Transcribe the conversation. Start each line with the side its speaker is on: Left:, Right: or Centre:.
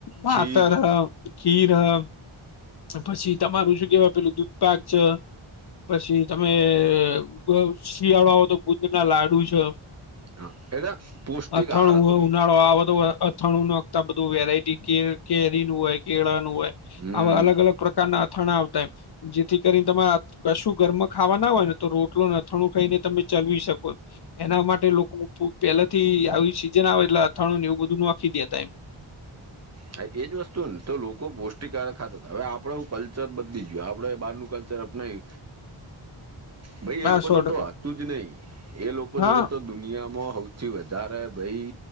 Left: માતર
Right: ખીર
Left: ખીરવ પછી તમારું શું કેવાય પેલું દૂધપાક છે. પછી તમે અ શિયાળાઓ તો ગુંદર ના લાડુ છે.
Right: હા, એટલે પૌષ્ટિક
Left: અથાણું
Right: આહાર હતો ભાઈ
Left: ઉનાળો આવે તો અથાણું નખતા બધું વેરાયટી કે કેરીનું હોય કેળાનું હોય
Right: હમ
Left: આવા અલગ અલગ પ્રકારના અથાણા આવતાય જેથી કરીને તમારા કશું ઘરમાં ખાવાના હોય ને તો રોટલો અથાણું ખાઈને તમે ચલવી શકો. એના માટે લોકો પહેલાથી આવી સીઝન આવે એટલે અથાણું ને એવું બધું નાખી દેતા એમ.
Right: હા એ જ વસ્તુ ને તો લોકો પૌષ્ટિકારક ખાતા હતા હવે આપડે હું કલ્ચર બદલી જ્યું આપડે બહારનું કલ્ચર નહી ભાઈ
Left: હા
Right: એ લોકો
Left: સો
Right: જો
Left: ટકા
Right: તો આવતું જ નહી એ લોકો
Left: હા
Right: જોડે તો દુનિયામાં સૌથી વધારે ભાઈ